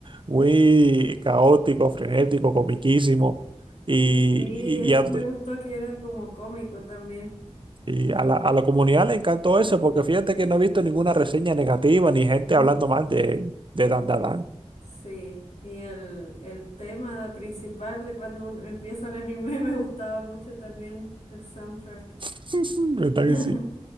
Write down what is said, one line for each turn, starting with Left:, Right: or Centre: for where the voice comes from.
Right: muy caótico, frenético, comiquísimo. Y,
Left: Sí, eso
Right: y, y a-
Left: me gustó que era como cómico también.
Right: Y a la, a la comunidad le encantó eso, porque fíjate que no he visto ninguna reseña negativa ni gente
Left: Mm,
Right: hablando mal de, de Dan Dan Dan.
Left: Sí, y el, el tema principal de cuando un- empieza el anime <laughs> me gustaba mucho también el soundtrack.
Right: <laughs> ¿Verdad
Left: <laughs>
Right: que sí?